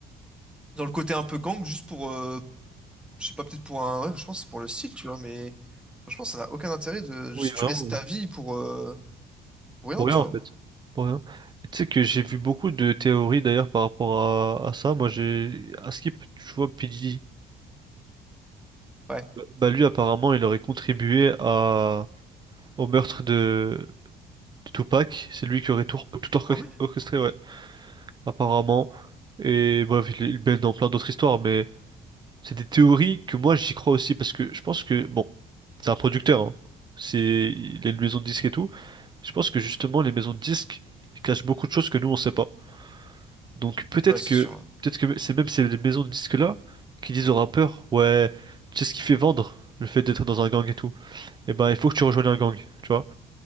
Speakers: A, in the centre; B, on the right (about 25°).
A: dans le côté un peu gang juste pour, euh, Je sais pas, peut-être pour un. Ouais, je pense que c'est pour le style, tu vois, mais franchement, ça n'a aucun intérêt de juste
B: Oui, vraiment.
A: tu restes ta vie pour, euh, pour rien,
B: Pour
A: tu
B: rien en
A: vois.
B: fait. Pour rien. Et tu sais que j'ai vu beaucoup de théories d'ailleurs par rapport à, à ça. Moi j'ai à Skip, tu vois, P. Diddy,
A: Ouais.
B: bah bah, lui apparemment il aurait contribué à au meurtre de, de Tupac. C'est lui qui aurait tout, tout orche-
A: Ah ouais?
B: orchestré, ouais, apparemment. Et bref, il, il baigne dans plein d'autres histoires, mais. C'est des théories que moi j'y crois aussi parce que je pense que bon, c'est un producteur, hein. C'est il a une maison de disques et tout. Je pense que justement les maisons de disques ils cachent beaucoup de choses que nous on sait pas. Donc peut-être
A: Ouais, c'est
B: que
A: sûr.
B: peut-être que c'est même ces maisons de disques là qui disent aux rappeurs ouais, tu sais ce qui fait vendre le fait d'être dans un gang et tout. Et ben il faut que tu rejoignes un gang, tu vois?